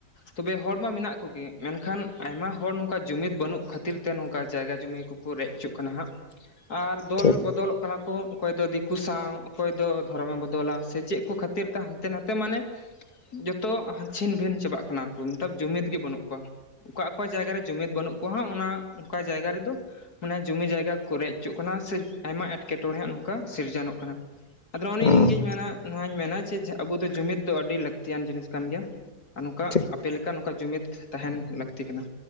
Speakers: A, on the left; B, on the left.
A: ᱛᱚᱵᱮ ᱦᱚᱲᱢᱟ ᱢᱮᱱᱟᱜ ᱠᱚᱜᱮ ᱢᱮᱱᱠᱷᱟᱱ ᱟᱭᱢᱟ ᱦᱚᱲ ᱱᱚᱝᱠᱟ ᱡᱩᱢᱤᱫ ᱵᱟᱹᱱᱩᱜ ᱠᱷᱟᱹᱛᱤᱨ ᱛᱮ ᱱᱚᱝᱠᱟ ᱡᱟᱭᱜᱟ ᱡᱩᱢᱤ ᱠᱚ ᱨᱮᱡ ᱚᱪᱚᱜ ᱠᱟᱱᱟ ᱦᱟᱸᱜ ᱟᱨ ᱫᱚᱞ
B: ᱴᱷᱤᱠ
A: ᱵᱚᱫᱚᱞᱚᱜ ᱠᱟᱱᱟ ᱠᱚ ᱚᱠᱚᱭ ᱫᱚ ᱫᱤᱠᱩ ᱥᱟᱶ ᱚᱠᱚᱭ ᱫᱚ ᱫᱷᱚᱨᱚᱢᱮ ᱵᱚᱫᱚᱞᱟ ᱥᱮ ᱪᱮᱫ ᱠᱚ ᱠᱷᱟᱹᱛᱤᱨ ᱛᱮ ᱦᱟᱱᱛᱮ ᱱᱟ ᱛᱮ ᱢᱟᱱᱮ ᱡᱚᱛᱚ ᱪᱷᱤᱱ ᱵᱷᱤᱱ ᱪᱟᱵᱟᱜ ᱠᱟᱱᱟ ᱠᱚ ᱱᱮᱛᱟᱨ ᱡᱩᱢᱤᱫ ᱜᱮ ᱵᱟᱹᱱᱩᱜ ᱠᱚᱣᱟ᱾ ᱚᱠᱟ ᱚᱠᱟ ᱡᱟᱭᱜᱟ ᱨᱮ ᱡᱩᱢᱤᱫ ᱵᱟᱹᱱᱩᱜ ᱠᱚᱣᱟ ᱦᱟᱜ ᱚᱱᱟ ᱚᱱᱠᱟ ᱡᱟᱭᱜᱟ ᱨᱮᱫᱚ ᱢᱟᱱᱮ ᱡᱩᱢᱤ ᱡᱟᱭᱜᱟ ᱠᱚ ᱨᱮᱡ ᱚᱪᱚᱜ ᱠᱟᱱᱟ ᱥᱮ ᱟᱭᱢᱟ ᱮᱴᱠᱮᱴᱚᱬᱮ ᱱᱚᱝᱠᱟ ᱥᱤᱨᱡᱚᱱᱚᱜ ᱠᱟᱱᱟ᱾ ᱟᱫᱚ ᱚᱱᱮ
B: ᱦᱩᱸ
A: ᱤᱧ ᱜᱤᱧ ᱢᱮᱱᱟ ᱱᱚᱣᱟᱧ ᱢᱮᱱᱟ ᱡᱮ ᱟᱵᱚ ᱫᱚ ᱡᱩᱢᱤᱫ ᱫᱚ ᱟᱹᱰᱤ ᱞᱟᱹᱠᱛᱤᱭᱟᱱ ᱡᱤᱱᱤᱥ ᱠᱟᱱ ᱜᱮᱭᱟ᱾ ᱟᱨ ᱱᱚᱝᱠᱟ
B: ᱴᱷᱤᱠ
A: ᱟᱯᱮ ᱞᱮᱠᱟ ᱱᱚᱝᱠᱟ ᱡᱩᱢᱤᱫ ᱛᱟᱦᱮᱱ ᱞᱟᱹᱠᱛᱤ ᱠᱟᱱᱟ᱾